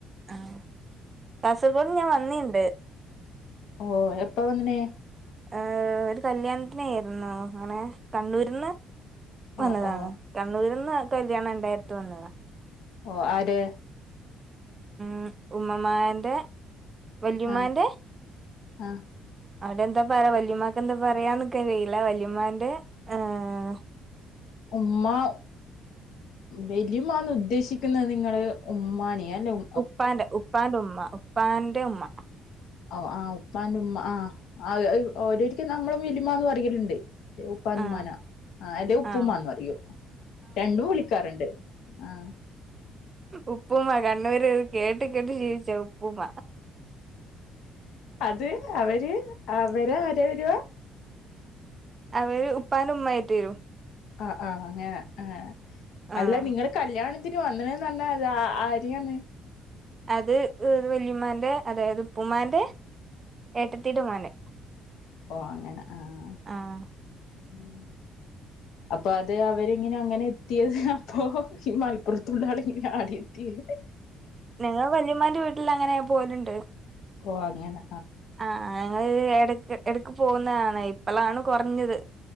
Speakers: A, on the right (about 25°); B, on the left (about 75°).
A: ആഹ് കാസർഗോഡ് ഞാൻ വന്നീണ്ട്
B: ഓഹ് എപ്പ വന്നിണ്
A: ഏഹ് ഒരു കല്യാണത്തിനേര്ന്നു അങ്ങനെ കണ്ണൂര്ന്ന് വന്നതാണ്
B: ഓ ഓ
A: കണ്ണൂര്ന്ന് കല്യാണണ്ടായ്ട്ട് വന്നതാ
B: ഓഹ് ആരെ
A: ഉം ഉമ്മമാന്റെ വല്യുമാന്റെ
B: ആഹ് ആഹ്
A: അവടെന്താ പറയാ വല്യുമ്മാക്കെന്താ പറയാന്നിക്കറീല വല്ല്യമ്മാന്റെ ഏഹ് ഏഹ്
B: ഉമ്മ വെല്ല്യുമ്മാന്ന് ഉദ്ദേശിക്ക്ന്നെ നിങ്ങള് ഉമ്മാന്യാലും
A: ഉപ്പാന്റെ ഉപ്പാന്റെ ഉമ്മ ഉപ്പാന്റെ ഉമ്മ
B: ഓഹ് ആഹ് ഉപ്പാൻ്റ ഉമ്മ ആഹ് ആഹ് ഏഹ് ഓരൊരിക്കെ നമ്മളും വെല്ലിമ്മാന്ന് പറയലിണ്ട് ഉപ്പാൻ്റുമ്മാന
A: ആഹ്
B: ആഹ് അല്ലെ ഉപ്പുമ്മാന്ന്
A: ആഹ്
B: പറയു രണ്ടു വിളിക്കാറിണ്ട് ആഹ്
A: ഉപ്പുമ്മ കണ്ണൂര് കേട്ട് കേട്ട് ശീൽച്ച ഉപ്പുമ്മ
B: അത് അവര് അവരെ ആര വെരുവ
A: അവര് ഉപ്പാൻ്റുമ്മായിട്ട് വരും
B: ആഹ് ആഹ് അങ്ങനെ ഏഹ്
A: ആഹ്
B: അല്ല നിങ്ങള് കല്യാണത്തിന് വന്നിണ് നർണത് ആര്യാന്ന്
A: അത് ഏഹ് വെല്ല്യുമാന്റെ അതായത് ഉപ്പുമ്മാന്റെ ഏട്ടത്തീടെ മോന്
B: ഓഹ് അങ്ങന ആഹ്
A: ആഹ്
B: ഉം
A: <inaudible>
B: അപ്പ അത് അവരിങ്ങനെ അങ്ങനെ എത്ത്യേത് അപ്പൊ ഈ മൽപ്പൊർത്തുള്ളാള് ഇങ്ങന്യാ ആട്യെത്ത്യെ
A: ഞങ്ങള് വല്മ്ല്യുമാന്റെ വീട്ടിൽ അങ്ങനെ പോലിണ്ട്
B: ഓഹ് അങ്ങനെ
A: ആഹ് ഞങ്ങള് എടക്ക് എടക്ക് പോന്നാന്ന് ഇപ്പളാണ് കൊർഞ്ഞത്